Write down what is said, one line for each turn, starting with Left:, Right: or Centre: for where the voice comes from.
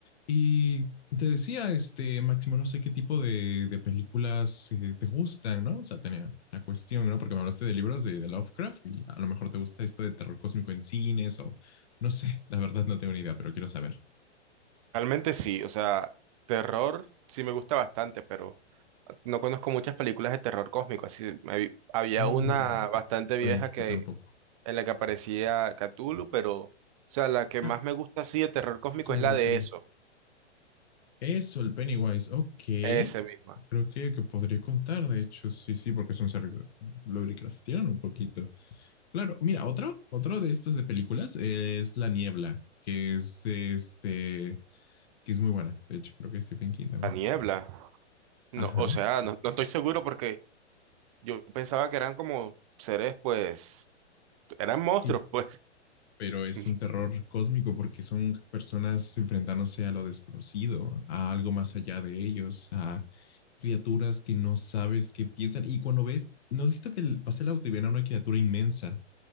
Left: Y te decía, este, Máximo, no sé qué tipo de, de películas eh, te gustan, ¿no? O sea, tenía la cuestión, ¿no? Porque me hablaste de libros de, de Lovecraft y a lo mejor te gusta esto de terror cósmico en cines o no sé, la verdad no tengo ni idea, pero quiero saber.
Right: Realmente sí, o sea, terror sí me gusta bastante, pero no conozco muchas películas de terror cósmico. Así, me vi- había
Left: Uh,
Right: una bastante
Left: bueno,
Right: vieja
Left: yo,
Right: que
Left: yo tampoco.
Right: en la que aparecía Cthulhu, pero, o sea, la que
Left: Ah,
Right: más me gusta así de terror cósmico
Left: claro,
Right: es la de
Left: claro.
Right: eso,
Left: Eso, el Pennywise. Ok.
Right: esa misma.
Left: Creo que, que podría contar, de hecho, sí, sí, porque es un ser Lovecraftiano un poquito. Claro, mira, otro, otro de estas de películas eh, es La Niebla, que es este, que es muy buena. De hecho, creo que es Stephen King también.
Right: La niebla. No,
Left: Ajá.
Right: o sea, no, no estoy seguro porque yo pensaba que eran como seres, pues, eran monstruos,
Left: Sí.
Right: pues.
Left: Pero es
Right: <laughs>
Left: un terror cósmico porque son personas enfrentándose a lo desconocido, a algo más allá de ellos, a criaturas que no sabes qué piensan. Y cuando ves, no has visto que el- pasé el auto y ven a una criatura inmensa